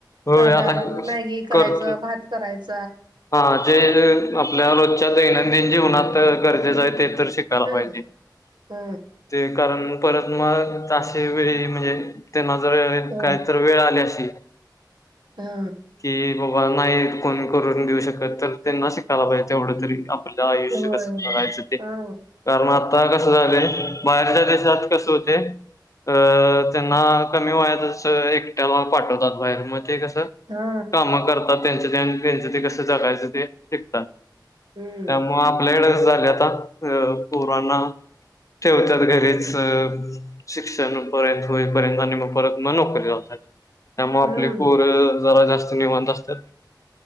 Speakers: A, on the left (about 45°); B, on the right (about 75°).
A: होय
B: साधारण
A: आता
B: मॅगी करायच,
A: करतो.
B: भात करायच.
A: हा जे आपल्या रोजच्या दैनंदिन जीवनात गरजेचं आहे ते तर शिकायला
B: ह
A: पाहिजे.
B: ह
A: ते कारण परत मगता वेळी म्हणजे ते ना जर
B: ह
A: काहीतर वेळ आली अशी
B: हा
A: कि बाबा नाही कोण करून देऊ शकत तर त्यांना शिकायला पाहिजे एवढं तरी आपल आयुष्य
B: होय
A: कस
B: होय
A: काढायचं
B: होय
A: ते कारण
B: हा
A: आता कसं झाले बाहेरच्या देशात कस होते. अ त्यांना कमी वयातच एकट्याला पाठवतात बाहेर मग. ते कस
B: हा
A: काम करतात ते त्यांच ते त्यांच ते कस जगायच ते शिकतात.
B: हम्म
A: त्यामुळे आपल्या कडे कसं झालंय आता पोरांना ठेवतात घरीच शिक्षण पूर्ण होईपर्यंत आणि मग परत नोकरी त्यामुळे
B: हम्म
A: आपले पोर जरा जास्तच निवांत असतात.